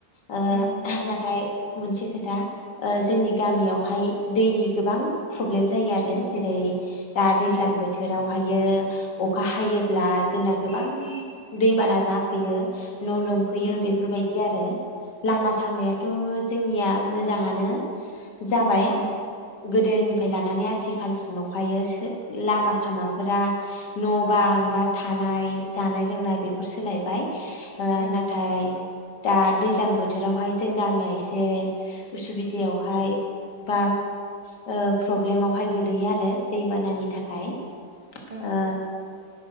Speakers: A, on the left; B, on the right.
A: ओ
B: ओं
A: नाथाय मोनसे खोथ दा ओ जोंनि गामियावहाय दैनि गोबां प्रब्लेम जायो आरो जेरै- दा दैज्लां
B: उम
A: बोथोरावहायो अखा हायोब्ला जोंना गोबां दैबाना जा फैयो न' लोमफैयो
B: उम
A: बेफोरबायदि आरो लामा सामायाथ' जोंनिया मोजाङानो जाबाय
B: उम
A: गोदोनिफ्राय लानानै आथिखालसिमाव हायो लामा सामाफोरा न' बां बा थानाय जानाय लोंनाय बेफोर सोलाय बाय। ओ
B: ओं
A: नाथाय दा दैज्लां बोथोरावहाय जों गामिया एसे उसुबिदायावहाय बा ओ प्रब्लेमावहाय गोलैयो आरो दैबानानि थाखाय।
B: ओं
A: ओ